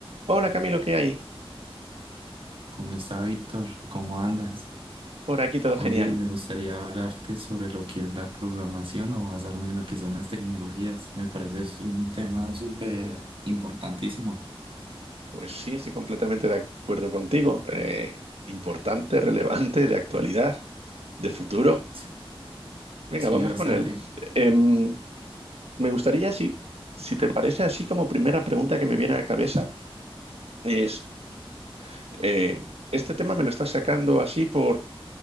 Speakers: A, on the right (about 85°); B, on the right (about 60°).
A: Hola Camilo, ¿qué hay?
B: ¿Cómo está Víctor? ¿Cómo andas?
A: Por aquí todo genial.
B: Oye, me gustaría hablarte sobre lo que es la programación o basarnos en lo que son las tecnologías. Me parece es un tema súper importantísimo.
A: Pues sí, estoy completamente de acuerdo contigo. Eh, importante, relevante, de actualidad, de futuro.
B: Sí,
A: Venga,
B: sí,
A: vamos
B: bastante.
A: con él. Em, me gustaría, si, si te parece así como primera pregunta que me viene a la cabeza, es, em, ¿este tema me lo estás sacando así por,